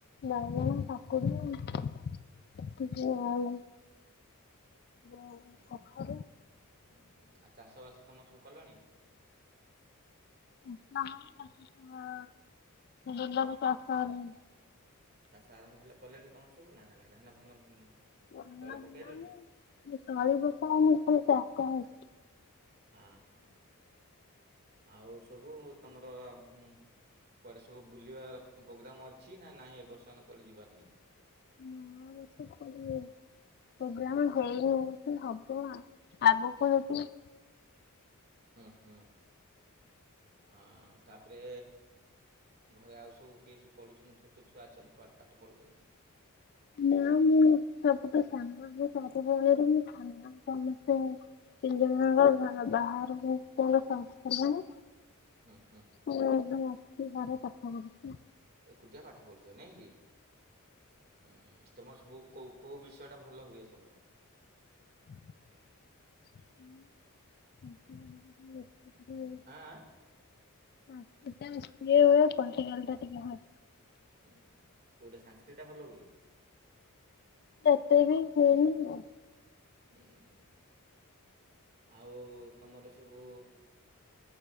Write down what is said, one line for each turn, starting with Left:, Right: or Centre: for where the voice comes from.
Left: ନାଇଁ ନାଇଁ କାକୁଡି ଏତିକି ଆଉ। ଓଉ
Right: ହୁଁ
Left: କଖାରୁ।
Right: ହୁଁ ହୁଁ ଆଉ ଚାଷ ବାସ ତମର ସବୁ କଲଣି?
Left: <unintelligible> ହଁ ବିଲରେ ଚାଷ ହେଲେଣି।
Right: ଚାଷ ଆରମ୍ଭ ଭଲ କଲେଣି ତମର ସବୁ ନାଁ ନା ନାଇଁ ଧାନ ଫାନ
Left: ହେଲାଣି।
Right: ତଳି ପକେଇଲଣି?
Left: ତଳି ପକାହେଇନି ଖାଲି ଚାଷ ହେଇଚି।
Right: ହଁ ହଁ ଆଉ ସବୁ ତମର ଆଉ କୁଆଡେ ସବୁ ବୁଲିବାର ପ୍ରୋଗ୍ରାମ ଅଛି ନା ନାହିଁ ଏ ବର୍ଷ କୁଆଡେ ଯିବାର ନାହିଁ।
Left: ନା ଏ ବର୍ଷ କରିବେନି ପ୍ରୋଗ୍ରାମ
Right: ହୁଁ
Left: ହେଇନି। ହେଇ ହବ ଆ ଆଗକୁ
Right: ହୁଁ
Left: ଯଦି
Right: ହୁଁ ହୁଁ ଆ ତାପରେ ଘରେ ଆଉ ସବୁ କିଏ ସବୁ ପଢ଼ୁଛନ୍ତି ଛୋଟ ଛୁଆ ଅଛନ୍ତି ପା ପାଠ ପଢ଼ୁଛନ୍ତି?
Left: ନା ମୁଁ ସବୁଠୁ ସାନ ସମସ୍ତଙ୍କ ଠୁ ମୁଁ ସାନ ସମସ୍ତେ <inaudible> ତିନି ଜଣଙ୍କ ବାହା ବାହାହେବା ପାଇଁ <unintelligible> ସଂସ୍ଥା <unintelligible>
Right: ହୁଁ ହୁଁ।
Left: <unintelligible> ରାତିସାରା ପାଠପଢ଼ୁଛି।
Right: ଏକୁଟିଆ ପାଠ ପଢୁଛ ନାଇଁ କି? ହୁଁ। ତମର ସବୁ କୋଉ କୋଉ ବିଷୟଟା ଭଲ ହୁଏ ସବୁଠୁ?
Left: <unintelligible>
Right: ଆଁ ଆଁ।
Left: ସାନସ୍କିଟ ଟା ବେଶି ହୁଏ ପଲିଟିକାଲ ଟା ଟିକେ ହୁଏ।
Right: ହୁଁଁ ହୁଁ କୋଉଟା ସାଂସ୍କ୍ରିଟ ଟା ଭଲ ହୁଏ?
Left: ଏତେ ବି ହୁଏନି ଆଉ।
Right: ହୁଁ ହୁଁ ଆଉ ତମର ସବୁ